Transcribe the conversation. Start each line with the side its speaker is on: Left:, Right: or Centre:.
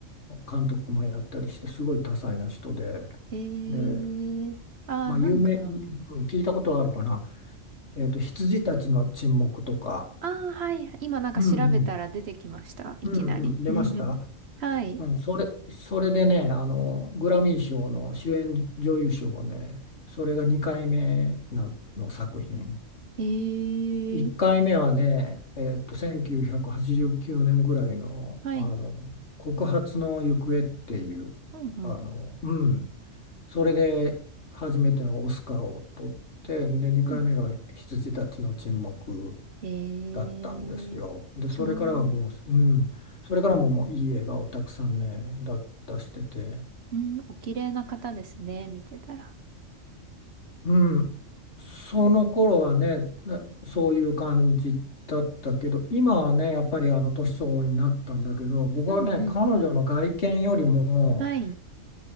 Left: 監督もやったりして、すごい多彩な人で、
Right: えー、
Left: で、
Right: あー、
Left: まあ、
Right: なんか、
Left: 有名、うん聞いたことはあるかな。えっと、羊たちの沈黙とか、
Right: あー、はい。今なんか調べたら出てきました。
Left: うんうん。
Right: いきなり。
Left: うんうん。出ました。
Right: <laughs> はい。
Left: うん、それ、それでね、あの、グラミー賞の主演女優賞をね、それが2回目なの作品。
Right: えー、
Left: 1回目はね、えっと、1989年ぐらいの、
Right: はい。
Left: あの、告発の行方っていう、
Right: うん、うん。
Left: あの、うん、それで初めてのオスカーを取って、で、2回目が羊たちの沈黙
Right: うん。えー、
Left: だったんですよ。で、
Right: すごい。
Left: それからはもう、うん、それからももういい映画をたくさんね、だ、出してて、
Right: うん、お綺麗な方ですね。見てたら。
Left: うん、その頃はね、なそういう感じだったけど、今はね、やっぱりあの年相応になったんだけど、僕はね、
Right: うん、うん。
Left: 彼女の外見よりも、
Right: はい。